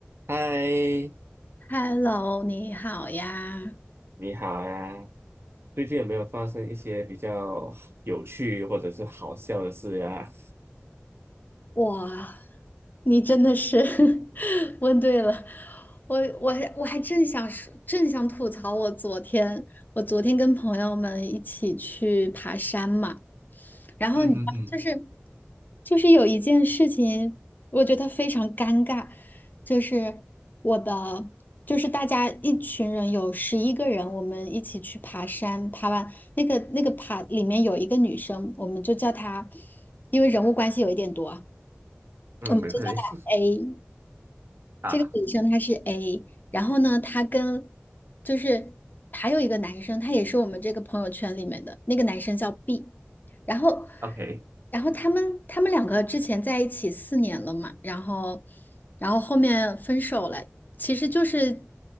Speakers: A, on the right; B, on the left.
A: 嗨，
B: Hello，你好呀。
A: 你好呀！最近有没有发生一些比较有趣或者是好笑的事呀？
B: 哇，你真的是 <laughs> 问对了，我我还我还正想说，正想吐槽我昨天，我昨天跟朋友们一起去爬山嘛，然后你知道就是
A: 嗯哼哼，
B: 就是有一件事情，我觉得非常尴尬，就是我的就是大家一群人有十一个人，我们一起去爬山，爬完那个那个爬里面有一个女生，我们就叫她，因为人物关系有一点多。
A: 嗯，
B: 我们就叫她
A: 没问题
B: A。
A: <laughs>
B: 这个女生她是
A: 啊。
B: A，然后呢，她跟就是还有一个男生，他也是我们这个朋友圈里面的那个男生叫 B，然后
A: OK，
B: 然后他们他们两个之前在一起四年了嘛，然后然后后面分手了，其实就是